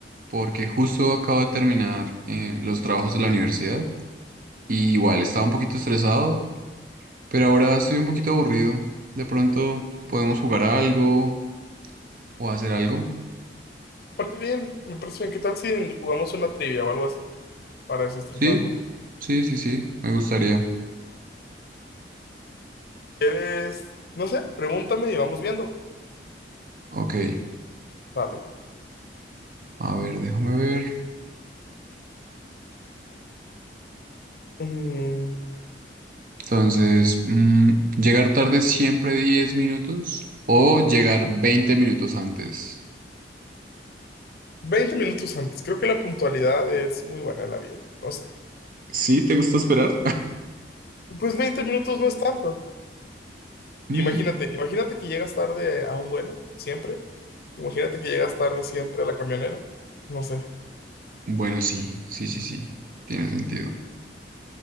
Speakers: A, on the right (about 50°); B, on the left (about 60°).
A: porque justo acabo de terminar eh, los trabajos de la universidad y igual estaba un poquito estresado, pero ahora estoy un poquito aburrido. De pronto podemos jugar a algo o hacer algo.
B: Me parece bien, me parece bien. ¿Qué tal si jugamos una trivia o algo así para desestresarnos?
A: Sí, sí, sí, sí, me gustaría.
B: ¿Quieres? No sé, pregúntame y vamos viendo.
A: Ok,
B: Dale.
A: a ver, déjame ver.
B: Mm,
A: Entonces, mm, llegar tarde siempre 10 minutos o llegar 20 minutos antes.
B: 20 minutos antes. Creo que la puntualidad es muy buena en la vida. No sé.
A: ¿Sí? ¿Te gusta esperar?
B: Pues 20 minutos no es tanto.
A: <laughs>
B: Imagínate, imagínate que llegas tarde a un vuelo, siempre. Imagínate que llegas tarde siempre a la camionera. No sé.
A: Bueno, sí, sí, sí, sí, tiene sentido.